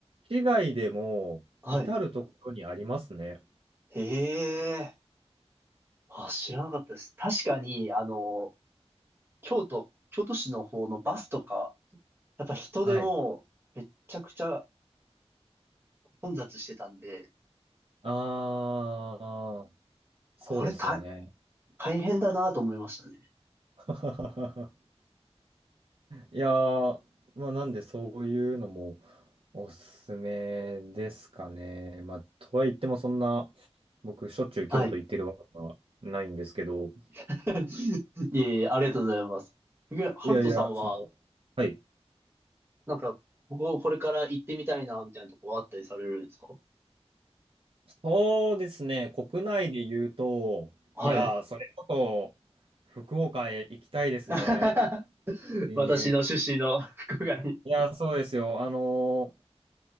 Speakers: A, on the right (about 55°); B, on the right (about 20°).
A: 市外でも、
B: はい。
A: 至るところにありますね。
B: へえ。あ、知らなかったです。確かに、あの、京都、京都市の方のバスとか、やっぱ人でもうめっちゃくちゃ
A: はい。
B: 混雑してたんで、
A: ああ、そうですよね。
B: これ大、大変だなと思いましたね。
A: <laughs> いやー、まあ、なんでそういうのもおすすめですかね。まあ、とはいってもそんな、僕、しょっちゅう京都行ってるわけはないんですけど、
B: はい。<laughs> いえいえ、ありがとうございます。で、ハルトさんは、
A: いやいや、その、はい。
B: なんか、ここ、これから行ってみたいな、みたいなとこあったりされるんですか
A: そうですね、国内で言うと、
B: はい。
A: いやー、それこそ、福岡へ行きたいですね。
B: <laughs>
A: えー
B: 私の出身の福岡に。い
A: いや、そうですよ。あの